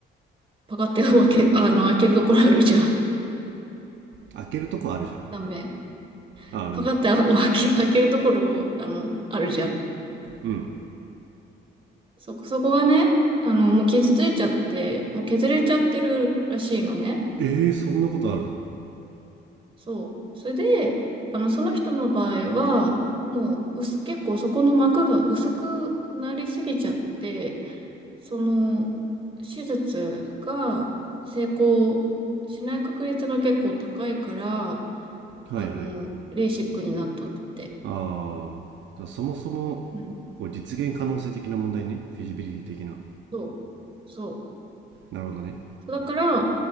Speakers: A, on the right; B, on the right.
A: パカって開け、あの、開けるところあるじゃん。
B: 開けるとこあるじゃん
A: ダメ。
B: ああるね
A: パカって開け、開けるところ、あの、あるじゃん。
B: うん
A: そこ、そこがね、あの、もう傷ついちゃって、もう削れちゃってるらしいのね。
B: えー、そんなことあるの
A: そう。それで、あの、その人の場合は、もう、薄、結構そこの膜が薄くなりすぎちゃって、その、手術が成功しない確率が結構高いから、
B: はいはいはい
A: あの、レーシックになったんだって。
B: あーじゃあそもそもこう実現可能性的な問題ねフィジビリティ的な
A: うん。そう。そ
B: なるほどね
A: う。だから、